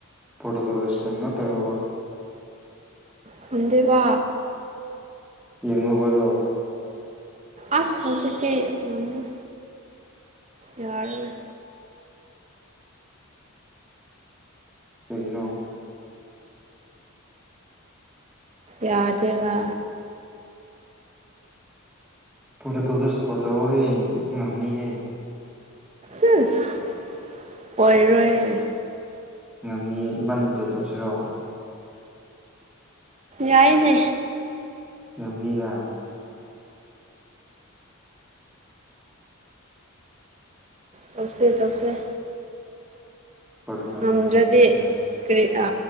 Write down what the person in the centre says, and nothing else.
ꯄꯣꯔꯇꯨꯒꯜꯒ ꯁꯄꯦꯟ ꯉꯥꯛ ꯇꯔꯨꯕ
ꯌꯦꯡꯉꯨꯕꯗꯣ
ꯀꯩꯒꯤꯅꯣ
ꯄꯣꯇꯣꯀꯣꯜꯗ ꯁꯄꯣꯔꯇꯑꯣꯍꯦ ꯉꯝꯅꯤꯍꯦ
ꯉꯝꯅꯤꯌꯦ ꯏꯕꯥꯟꯅꯤ ꯄꯦꯠ ꯇꯧꯁꯤꯔꯣ
ꯉꯝꯅꯤꯗꯥ
ꯄꯣꯔꯇꯨꯒꯜꯅ
ꯉꯝꯅꯤꯗ